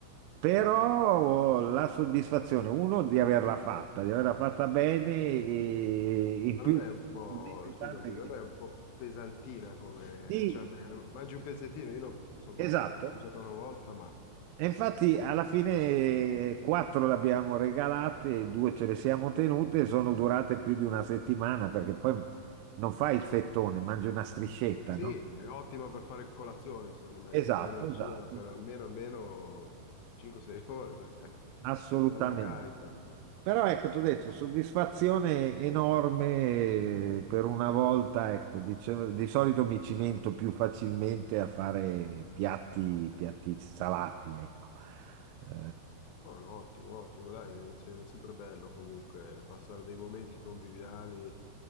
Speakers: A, on the right; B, on the left.
A: Però
B: immagino. immagino.
A: oh, la soddisfazione, uno, di averla fatta, di averla fatta bene e in
B: Ma
A: più,
B: non è un po',
A: talmente
B: scusami,
A: tante
B: non
A: che...
B: è un po' pesantina come,
A: Sì,
B: cioè, perché mangi un pezzettino, io no- insomma
A: esatto.
B: l'ho l'ho mangiata una volta, ma
A: E infatti alla fine eh, quattro le abbiamo regalate, due ce le siamo tenute, sono durate più di una settimana perché poi non fai il fettone, mangi una striscetta,
B: sì,
A: no?
B: è ottima per fare colazione, secondo me,
A: Esatto,
B: ti dà energia
A: esatto,
B: per almeno, almeno 5-6 <laughs> ore, perché
A: assolutamente.
B: è bella carica.
A: Però ecco, ti ho detto, soddisfazione enorme eh, per una volta, ecco, dicevo, di solito mi cimento più facilmente a fare piatti, piatti salati, ecco. Eh,
B: Buono, ottimo, ottimo, dai, è sempre bello comunque passare dei momenti conviviali